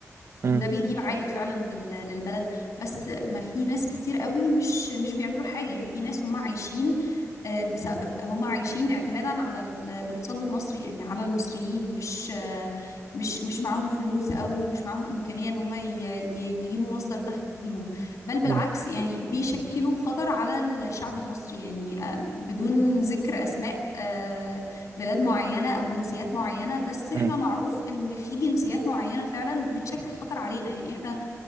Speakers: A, on the right (about 55°); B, on the left (about 85°).
A: مم.
B: وده بيجيب عائد فعلا لل- للبلد بس ما في ناس كتير قوي مش مش بيعملوا حاجة يعني في ناس هم عايشين آه، بس هم عايشين اعتمادا على ال- الاقتصاد المصري يعني على المصريين مش آه، مش مش معاهم فلوس او مش معاهم امكانيه ان هم ي- ي- يجيبوا مصدر دخل ليهم بل بالعكس
A: مم.
B: يعني بيشكلوا خطر على الشعب المصري يعني آه، بدون ذكر اسماء آه، بلاد معينة أو جنسيات معينة بس إحنا
A: مم.
B: معروف إن في جنسيات معينة فعلا بتشكل خطر علينا يعني إحنا